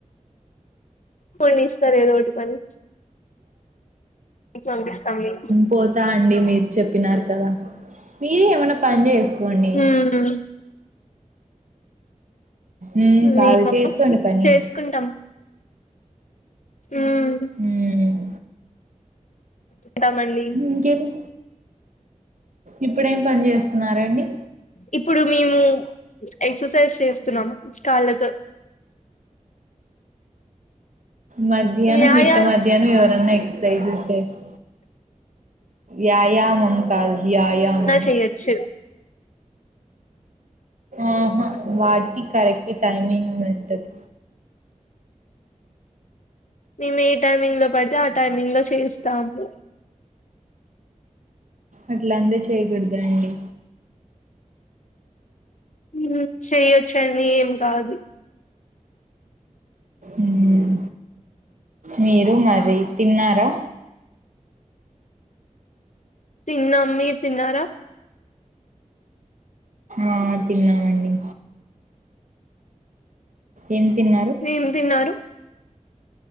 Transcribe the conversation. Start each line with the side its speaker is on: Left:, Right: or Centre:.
Left: పొండి ఇస్తరు ఏదో ఒకటి పని పంపిస్తాం మీకు
Right: పోతా అండి మీరు చెప్పినారు కదా మీరు ఏమన్న పని చేసుకోండి
Left: ఉమ్
Right: మ్మ్
Left: మేమా
Right: కాదు చేసుకోండి పని
Left: చేసుకుంటం ఉమ్
Right: ఉమ్
Left: ఉంటామండి
Right: ఇంకేమి ఇప్పుడేం పని చేస్తున్నారండి
Left: ఇప్పుడు మేము ఎక్సర్సైజ్ చేస్తున్నాము కాళ్ళతో
Right: మధ్యాహ్నం
Left: వ్యాయామం
Right: మిట్ట మధ్యాహ్నం ఎవరన్నా ఎక్ససైజ్ జెస్ యాయామం కాదు వ్యాయామం
Left: చేయోచ్చు
Right: ఆహా వాటికి కరెక్ట్ టైమింగ్ ఉంటది
Left: మేము ఏ టైమింగ్ లో పడితే ఆ టైమింగ్ లో చేస్తాము
Right: అట్ల అంటె చేయకూడదండి
Left: ఉమ్ చెయొచ్చండి ఏం కాదు
Right: ఉమ్ మీరు మరి తిన్నారా
Left: తిన్నా మీరు తిన్నారా
Right: ఆ తిన్నామండి ఏం తిన్
Left: ఏం తిన్నారు